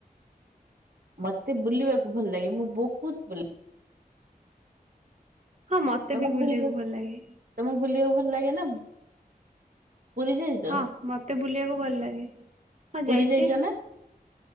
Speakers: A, on the right (about 65°); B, on the right (about 45°).
A: ମତେ ବୁଲିବାକୁ ଭଲ ଲାଗେ ମୁଁ ବହୁତ୍ ବୁଲେ।
B: ହଁ ମତେ
A: ତମକୁ
B: ବି ବୁଲିବାକୁ
A: ବୁଲିବା
B: ଭଲ ଲାଗେ।
A: ତମକୁ ବୁଲିବାକୁ ଭଲ ଲାଗେ ନା? ବ୍-ପୁରୀ ଯାଇଚ?
B: ହଁ ମତେ ବୁଲିବାକୁ ଭଲ ଲାଗେ। ହଁ
A: <unintelligible>
B: ଯାଇଛି
A: ଯାଇଚ ନା?